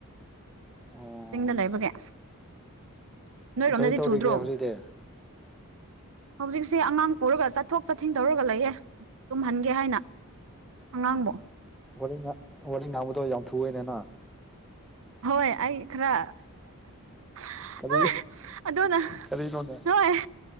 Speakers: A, in the centre; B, on the right.
A: ꯑꯣ
B: ꯆꯤꯡꯗ ꯂꯩꯕꯒꯤ ꯅꯣꯏꯔꯣꯝꯗꯗꯤ
A: ꯀꯔꯤ ꯇꯧꯔꯤꯒꯦ
B: ꯆꯨꯗ꯭ꯔꯣ
A: ꯍꯧꯖꯤꯛꯇꯤ
B: ꯍꯧꯖꯤꯛꯁꯦ ꯑꯉꯥꯡ ꯄꯨꯔꯒ ꯆꯠꯊꯣꯛ ꯆꯠꯁꯤꯟ ꯇꯧꯔꯒ ꯂꯩꯌꯦ ꯇꯨꯝꯍꯟꯒꯦ ꯍꯥꯏꯅ ꯑꯉꯥꯡꯕꯣ
A: ꯋꯥꯔꯤ ꯉꯥꯡ ꯋꯥꯔꯤ ꯉꯥꯡꯕꯗꯣ ꯌꯥꯝ ꯊꯨꯑꯦꯅꯦ ꯅꯪ
B: ꯍꯣꯏ ꯑꯩ ꯈꯔ <unintelligible>
A: ꯀꯔꯤ
B: ꯑꯗꯨꯅ
A: ꯀꯔꯤꯅꯣꯅꯦ
B: ꯍꯣꯏ